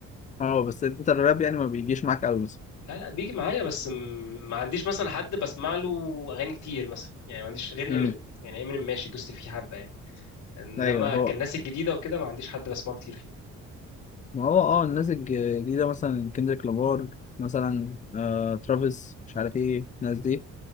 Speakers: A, on the left; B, on the left.
A: اه بس انت الراب يعني ما بيجيش معاك قوي مثلا
B: لا لا بيجي معايا بس م... ما عنديش مثلا حد بسمع له اغاني كتير مثلا يعني ما عنديش غير
A: امم
B: امينيم يعني امينيم ماشي دوست فيه حبه يعني انما
A: ايوه هو
B: كان الناس الجديده وكده ما عنديش حد بسمعه كتير فيهم
A: ما هو اه الناس الجديدة مثلا كندريك لامار مثلا آه... ترافيس مش عارف ايه الناس دي